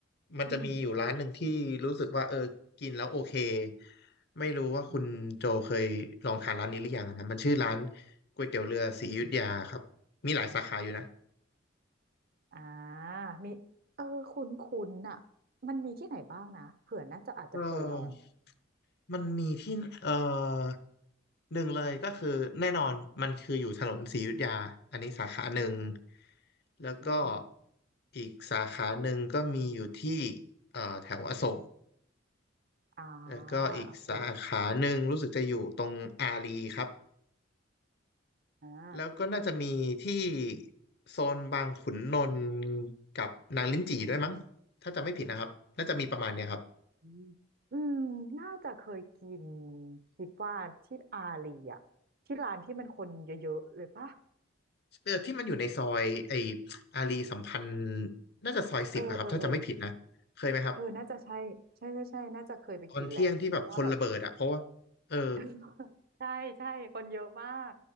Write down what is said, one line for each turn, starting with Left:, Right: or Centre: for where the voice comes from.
Left: มันจะมีอยู่ร้านหนึ่งที่รู้สึกว่าเออกินแล้วโอเค
Right: อืม
Left: ไม่รู้ว่าคุณโจเคยลองทานร้านนี้หรือยังนะมันชื่อร้าน
Right: อืม
Left: ก๋วยเตี๋ยวเรือศรีอยุธยาครับมีหลายสาขาอยู่นะ
Right: อ่ามีเออคุ้นคุ้นอะมันมีที่ไหนบ้างนะเผื่อน่าจะอาจจะเคยลอง
Left: เออมันมีที่เออหนึ่งเลยก็คือแน่นอนมันคืออยู่ถนนศรีอยุธยาอันนี้สาขาหนึ่งแล้วก็
Right: อืม
Left: อีกสาขาหนึ่งก็มีอยู่ที่เอ่อแถวอโศก
Right: อ่า
Left: แล้วก็อีกสาขาหนึ่งรู้สึกจะอยู่ตรงอารีครับ
Right: โอเคอ่า
Left: แล้วก็น่าจะมีที่โซนบางขุนนนท์กับนางลิ้นจี่ด้วยมั้งถ้าจำไม่ผิดนะครับน่าจะมีประมาณเนี้ยครับ
Right: อืมอืมน่าจะเคยกินคิดว่าที่อารีอะที่ร้านที่มันคนเยอะๆเลยปะ
Left: เออที่มันอยู่ในซอยไออารีสัมพันธ์น่าจะซอยสิบอะครับถ้าจำไม่ผิดนะเคยไหมครับ
Right: เออเออเออ เออ น่าจะใช่ใช่ใช่ใช่ น่าจะเคยไปกินแหละ
Left: ตอนเที่ยงที่แบบคนระเบิดอะเพราะว่า
Right: เพราะว่าแบบ
Left: เออ
Right: <laughs> ใช่ใช่คนเยอะมาก